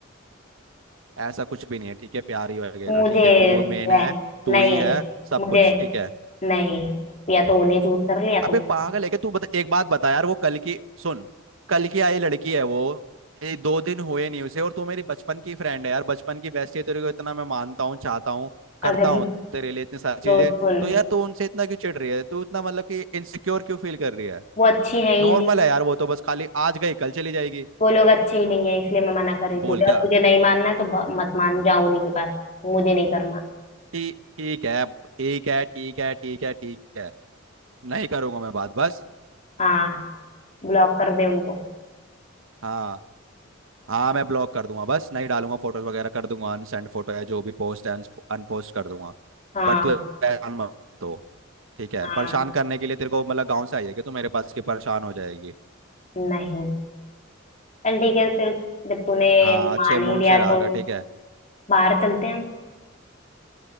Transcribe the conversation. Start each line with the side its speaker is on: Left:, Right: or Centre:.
Right: ऐसा कुछ भी नहीं है ठीक है प्यारी वगैरह
Left: मुझे
Right: ठीक है तू मेन
Left: रहन
Right: है तू
Left: नहीं
Right: ही है सब
Left: मुझे
Right: कुछ ठीक है
Left: नहीं या तो उन्हें चूज कर ले या
Right: अबे
Left: तो मुझे
Right: पागल है क्या तू बता एक बात बता यार वो कल की सुन कल की आई लड़की है वो ये दो दिन हुए नहीं उसे और तू मेरी बचपन की फ्रेंड है यार बचपन की बेस्टी है तेरे को इतना मैं मानता हूँ चाहता हूँ करता
Left: और जब
Right: हूँ तेरे लिए इतनी सारी चीजें
Left: तो सुन
Right: तो यार तू उनसे इतना क्यों चिढ़ रही है तू इतना मतलब कि इनसिक्योर क्यों फील कर रही है
Left: वो अच्छी है ही
Right: नॉर्मल
Left: नहीं
Right: है यार वो तो बस खाली आज गई कल चली जाएगी
Left: वो लोग अच्छे ही नहीं है इसलिए मैं मना कर रही हूँ
Right: बोल
Left: तुझे
Right: क्या
Left: अब तुझे नहीं मानना है तो ब- मत मान जाओ उन्हीं के पास मुझे नहीं करना
Right: ठीक ठीक है ठीक है ठीक है ठीक है ठीक है नहीं करूंगा मैं बात बस
Left: हाँ ब्लॉक कर दे उनको
Right: हाँ हाँ मैं ब्लॉक कर दूंगा बस नहीं डालूंगा फोटोज वगैरह कर दूंगा अनसेंड फोटो या जो भी पोस्ट है अनपोस्ट कर दूंगा
Left: हाँ
Right: बट तू परेशान मत हो ठीक है
Left: हाँ
Right: परेशान करने के लिए तेरे को मतलब गाँव से आई है कि तू मेरे पास की परेशान हो जाएगी
Left: नहीं चल ठीक है फिर जब तूने
Right: हाँ अच्छे
Left: मान
Right: मूड
Left: ही लिया
Right: से रहा
Left: तो
Right: कर ठीक है
Left: बाहर चलते हैं हम